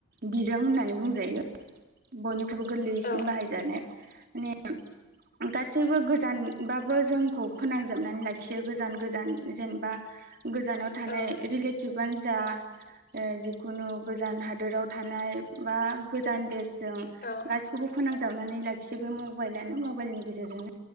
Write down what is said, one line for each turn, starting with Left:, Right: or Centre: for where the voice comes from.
Right: बिजों होननानै बुंजायो बयनिफ्रायबो गोरलैसिन
Left: औ
Right: बाहायजानाय माने गासैबो गोजानबाबो जोंखौ फोनांजाबनानै लाखियो गोजान गोजान जेनेबा गोजानाव थानाय
Left: औ
Right: रिलेटिभ जा जिखुनु गोजान हादोराव थानाय बा गोजान देश जों
Left: औ
Right: गासिखौबो फोनांजाबनानै लाखियो बे मबाइलानो मबाइलनि गेजेरजोंनो